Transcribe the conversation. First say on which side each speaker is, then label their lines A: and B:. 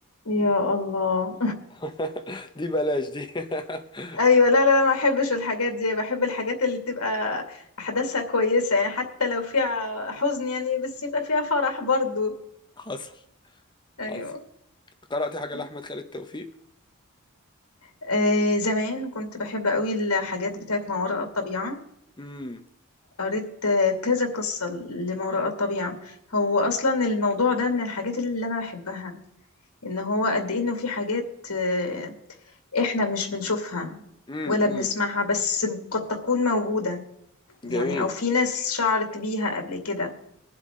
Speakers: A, on the left; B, on the left.
A: يا الله
B: <laughs> دي بلاش دي <laughs>
A: ايوه لا لا لا ما احبش الحاجات دي بحب الحاجات اللي تبقى احداثها كويسه يعني حتى لو فيها حزن يعني بس يبقى فيها فرح برضو
B: حصل
A: ايوه
B: حصل قرأت حاجة
A: مم.
B: لأحمد خالد توفيق
A: آه زمان كنت بحب قوي الحاجات بتاعت ما وراء الطبيعه
B: امم
A: قريت آه، كذا قصه لما وراء الطبيعه هو اصلا الموضوع ده من الحاجات اللي انا بحبها ان هو قد ايه انه في حاجات آه، احنا مش بنشوفها
B: امم
A: ولا
B: امم
A: بنسمعها بس قد تكون موجودة يعني
B: جميل
A: او في ناس شعرت بيها قبل كده